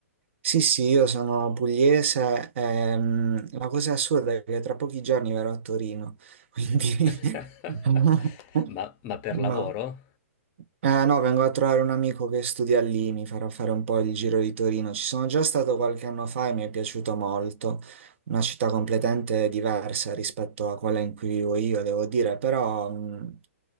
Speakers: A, on the right; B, on the left.
A: Sì, sì, io sono pugliese. ehm, la cosa assurda è che tra pochi giorni verrò a Torino, quindi...
B: <laughs>
A: <laughs>
B: Ma ma per
A: No.
B: lavoro?
A: Eh, no, vengo a trovare un amico che studia lì, mi farà fare un po' il giro di Torino. Ci sono già stato qualche anno fa e mi è piaciuto molto. Una città completamente diversa rispetto a quella in cui vivo io, devo dire, però... mh,